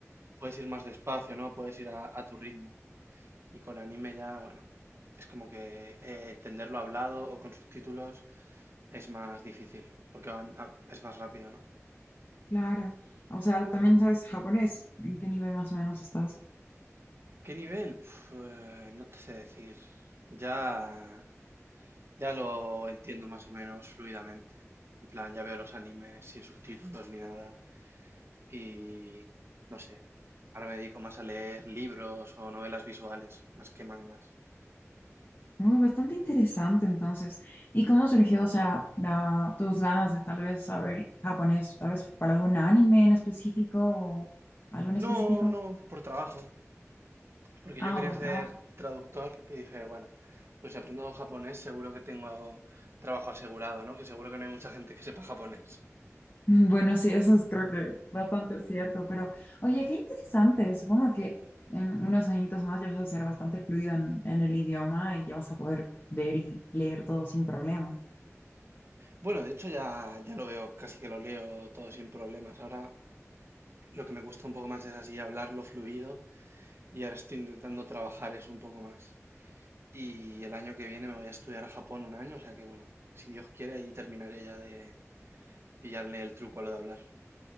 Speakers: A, on the right; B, on the left.
A: puedes ir más despacio, ¿no? Puedes ir a, a tu ritmo. Y con anime ya, bueno, es como que eh, entenderlo hablado o con subtítulos es más difícil, porque van a- es más rápido, ¿no?
B: Claro. O sea, también sabes japonés. ¿En qué nivel más o menos estás?
A: ¿Qué nivel? Pf, eh, no te sé decir. Ya, ya lo entiendo más o menos fluidamente. En plan, ya veo los animes sin subtítulos ni nada. Y no sé. Ahora me dedico más a leer libros o novelas visuales, más que mangas.
B: No, bastante interesante entonces. ¿Y cómo surgió, o sea, la, tus ganas de tal vez saber japonés? ¿Tal vez fue para algún anime en específico o algo en específico?
A: No, no, por trabajo. Porque
B: Ah,
A: yo quería
B: por
A: ser
B: trabajo. <laughs>
A: traductor y dije, bueno, pues si aprendo japonés seguro que tengo trabajo asegurado, ¿no? Que seguro que no hay mucha gente que sepa japonés.
B: Bueno, sí, eso es creo que bastante cierto, pero oye, qué interesante. Supongo que en unos añitos más ya vas a ser bastante fluido en, en el idioma y ya vas a poder ver y leer todo sin problemas.
A: Bueno, de hecho ya, ya lo veo, casi que lo leo todo sin problemas. Ahora lo que me cuesta un poco más es así hablarlo fluido y ahora estoy intentando trabajar eso un poco más. Y el año que viene me voy a estudiar a Japón un año, o sea que bueno, si Dios quiere allí terminaré ya de pillarle el truco a lo de hablar.